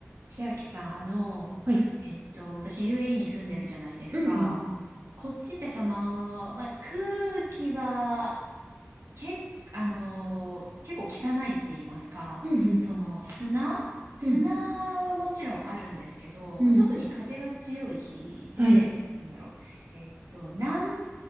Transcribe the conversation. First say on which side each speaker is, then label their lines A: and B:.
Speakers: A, on the right; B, on the right.
A: 千秋さん、あの、
B: はい。
A: えっと、私 UAE に住んでるじゃないですか。
B: うんうん。
A: こっちってその、まあ、空気は、け、あの、結構汚いって言いますか、
B: うんうん。
A: その砂砂はもちろんあるんですけど、
B: うんうん。
A: まあ、特に風が強い日で、
B: はい。
A: なんだろう、えっと、南、